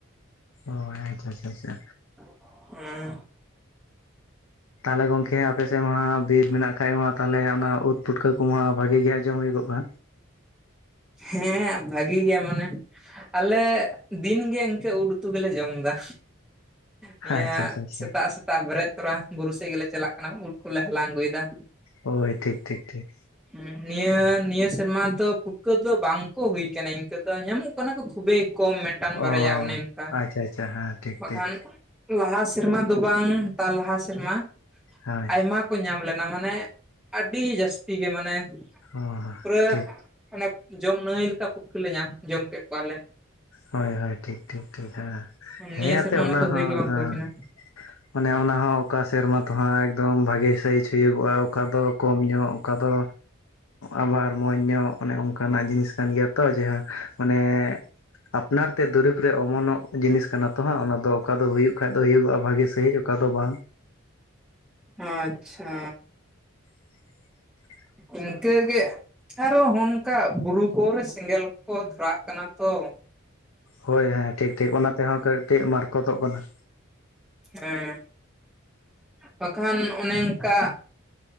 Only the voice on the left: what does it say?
ᱚᱭ ᱟᱪᱪᱷᱟ ᱟᱪᱪᱷᱟ ᱟᱪᱪᱷᱟ
ᱛᱟᱦᱚᱞᱮ ᱜᱚᱢᱠᱮ ᱟᱯᱮᱥᱮᱫ ᱢᱟ ᱵᱤᱨ ᱢᱮᱱᱟᱜ ᱠᱷᱟᱡ ᱢᱟ ᱛᱟᱦᱚᱞᱮ ᱚᱱᱟ ᱩᱫ ᱯᱩᱴᱠᱟᱹ ᱠᱚᱢᱟ ᱵᱷᱟᱹᱜᱤ ᱜᱮ ᱡᱚᱢ ᱦᱩᱭᱩᱜᱚᱜᱼᱟ
ᱟᱪᱪᱷᱟ ᱟᱪᱪᱷᱟ ᱟᱪᱪᱷᱟ
ᱦᱳᱭ ᱴᱷᱤᱠ ᱴᱷᱤᱠ ᱴᱷᱤᱠ
ᱚ
ᱟᱪᱪᱷᱟ ᱟᱪᱪᱷᱟ ᱦᱮᱸ ᱴᱷᱤᱠ
ᱴᱷᱤᱠ
ᱦᱳᱭ
ᱚ
ᱴᱷᱤᱠ
ᱦᱳᱭ ᱦᱳᱭ ᱴᱷᱤᱠ ᱴᱷᱤᱠ ᱴᱷᱤᱠ ᱦᱮᱸ
ᱦᱮᱸ ᱭᱟᱛᱮ
ᱚᱱᱟ
ᱦᱚᱸ
ᱦᱮᱸ
ᱢᱟᱱᱮ ᱚᱱᱟᱦᱚᱸ ᱚᱠᱟ ᱥᱮᱨᱢᱟ ᱫᱚ ᱦᱟᱸᱜ ᱮᱠᱫᱚᱢ ᱵᱷᱟᱜᱮ ᱥᱟᱹᱭᱤᱡ ᱦᱩᱭᱩᱜᱼᱟ ᱚᱠᱟ ᱫᱚ ᱠᱚᱢ ᱧᱚᱜ ᱚᱠᱟ ᱫᱚ ᱟᱵᱟᱨ ᱢᱚᱸᱡᱽ ᱧᱚᱜ ᱚᱱᱮ ᱚᱱᱠᱟᱱᱟᱜ ᱡᱤᱱᱤᱥ ᱠᱟᱱ ᱜᱮᱭᱟ ᱛᱚ ᱡᱟᱦᱟ ᱢᱟᱱᱮ ᱟᱯᱱᱟᱨ ᱛᱮ ᱫᱩᱨᱤᱵ ᱨᱮ ᱚᱢᱚᱱᱚᱜ ᱡᱤᱱᱤᱥ ᱠᱟᱱᱟ ᱛᱚ ᱦᱟᱸᱜ ᱚᱱᱟ ᱫᱚ ᱚᱠᱟ ᱫᱚ ᱦᱩᱭᱩᱜ ᱠᱷᱟᱡ ᱫᱚ ᱦᱩᱭᱩᱜᱚᱜᱼᱟ ᱵᱷᱟᱜᱤ ᱥᱟᱹᱦᱤᱡ ᱚᱠᱟ ᱫᱚ ᱵᱟᱝ
<inaudible>
ᱦᱳᱭ ᱦᱮᱸ ᱴᱷᱤᱠ ᱴᱷᱤᱠ ᱚᱱᱟ ᱛᱮᱦᱚᱸ ᱠᱟᱹᱴᱤᱡ ᱢᱟᱨᱠᱚᱛᱚᱜ ᱠᱟᱱᱟ